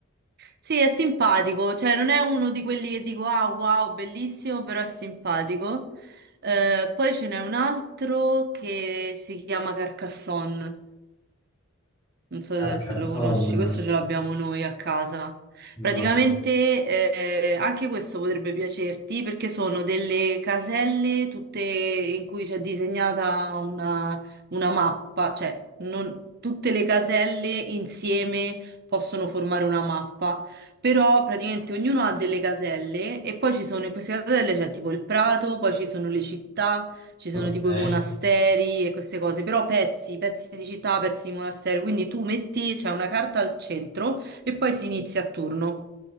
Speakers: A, on the right; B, on the left.
A: Sì, è simpatico, cioè non è uno di quelli che dico ah wow, bellissimo, però è simpatico. Eh, poi ce n'è un altro che si chiama Carcassonne, non so
B: Carcassonne?
A: se se lo conosci, questo ce l'abbiamo noi a casa.
B: No.
A: Praticamente eh, anche questo potrebbe piacerti perché sono delle caselle tutte in cui c'è disegnata una, una mappa, cioè non- tutte le caselle insieme possono formare una mappa, però praticamente ognuno ha delle caselle e poi ci sono in queste caselle c'è tipo il prato, poi ci sono le città ci
B: Ok.
A: sono tipo i monasteri e queste cose, però pezzi, pezzi di città, pezzi di monastero, quindi tu metti, c'è una carta al centro e poi si inizia a turno.